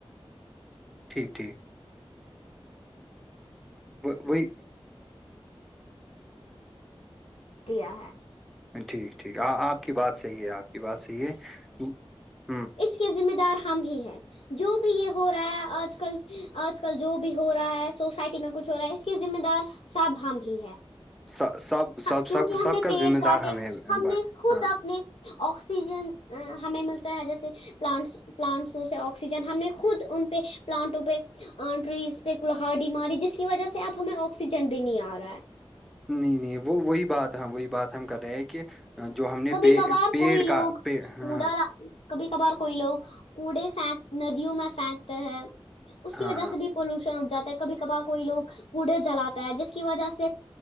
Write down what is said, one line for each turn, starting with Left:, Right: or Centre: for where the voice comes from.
Centre: ٹھیک ٹھیک وہ وہی
Left: دیا ہے
Centre: ٹھیک ٹھیک آپ کی بات صحیح ہے آپ کی بات صحیح ہے ہوں
Left: تو ذمہ دار ہم ہی ہیں جو بھی یہ ہو رہا ہے آج کل آج کل جو بھی ہو رہا ہے سوسائٹی میں کچھ ہو رہا ہے اس کے ذمہ دار سب ہم ہی ہیں
Centre: سب سب
Left: کیونکہ
Centre: سب سب
Left: ہم نے
Centre: کا
Left: پیڑ
Centre: ذمہ
Left: کاٹے
Centre: دار ہمیں
Left: ہم نے خود
Centre: ہاں
Left: اپنے آکسیجن ہمیں ملتا ہے جیسے پلانٹس پلانٹسوں سے آکسیجن ہم نے خود ان پہ پلانٹوں پہ ٹریز ک ہا ڈی ماری جس کی وجہ سے اپ ہمیں آکسیجن د نہیں آ رہا ہے
Centre: نہیں نہیں وہ وہی بات ہم وہی بات ہم کر رہے ہیں کہ جو ہم نے
Left: کبھی کبھار
Centre: پیڑ
Left: کوئی
Centre: کا
Left: لوگ
Centre: ہاں
Left: کوڑا
Centre: ہاں
Left: کبھی کبھار کوئی لوگ کوڑے فھینک ندیوں میں پھینکتے ہیں اس کی
Centre: ہاں
Left: وجہ سے بھی پولوشنٹ جا ہے کبھی کبھار کوئی لوگ کوڑے جلاتا ہے جس کی وجہ سے